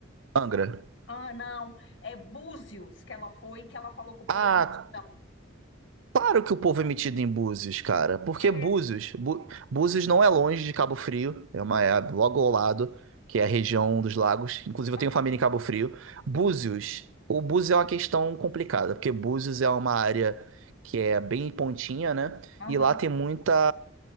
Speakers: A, on the right; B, on the left.
A: Angra.
B: Ah, não, é Búzios que ela foi, que ela falou que o povo
A: Ah,
B: é mitidão.
A: Claro que o povo é metido em Búzios, cara. Porque
B: É,
A: Búzios, Bu- Búzios não é longe de Cabo Frio, é uma
B: aham,
A: é logo ao lado, que é a região dos lagos. Inclusive,
B: aham,
A: eu tenho família em Cabo Frio. Búzios,
B: isso,
A: o Búzios é uma questão complicada, porque Búzios é uma área que é bem pontinha, né?
B: aham.
A: E lá tem muita.